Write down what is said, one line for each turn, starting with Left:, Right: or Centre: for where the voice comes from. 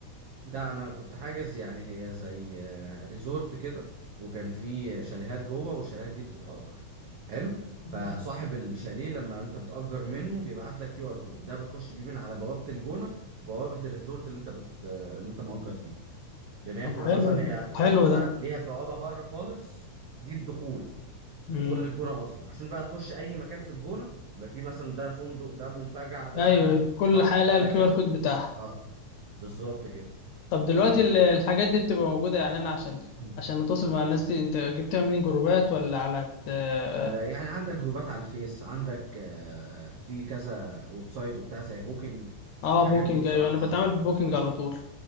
Right: لا انا كنت حاجز يعني هي زي آه، ريزورت كده وكان في شاليهات جوه والشاليهات دي بتتأجر حلو
Left: مم.
Right: فصاحب الشاليه لما انت بتأجر منه بيبعت لك كيو ار كود ده بتخش بيه من على بوابة الجونة وبوابة الريزورت اللي انت بت... آه، اللي انت مأجر فيه لان هي
Left: طب
Right: بتبقى
Left: حلو
Right: مثلا
Left: ده
Right: هي الجونة
Left: حلو ده
Right: ليها بوابة بره خالص دي الدخول
Left: امم
Right: دخول للجونة اصلا عشان بقى تخش اي مكان في الجونة ما في مثلا ده فندق ده منتجع ده
Left: ايوه كل
Right: قرية
Left: حاجه لها الكيو
Right: ده كذا
Left: ار كود بتاعها
Right: اه بالظبط كده
Left: طب دلوقتي
Right: ف
Left: ال- الحاجات دي بتبقى موجوده يعني انا عشان
Right: مم.
Left: عشان اتواصل مع الناس دي انت جبتها منين جروبات ولا على ت-
Right: آه، يعني عندك جروبات على الفيس عندك آه، في كذا ويب سايت وبتاع زي بوكينج
Left: اه
Right: الحاجات
Left: بوكينج
Right: دي بصراحة
Left: ايوه انا بتعامل ببوكينج على طول